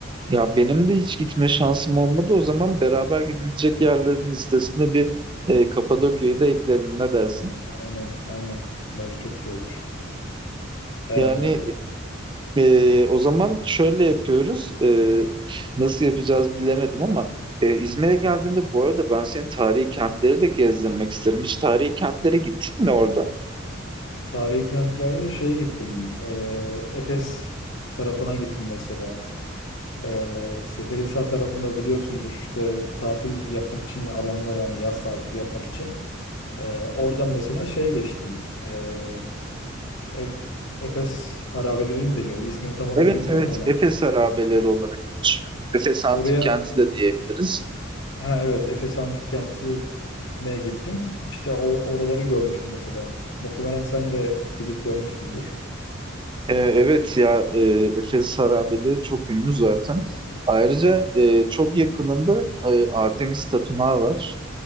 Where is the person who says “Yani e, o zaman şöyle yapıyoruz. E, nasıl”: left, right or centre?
Right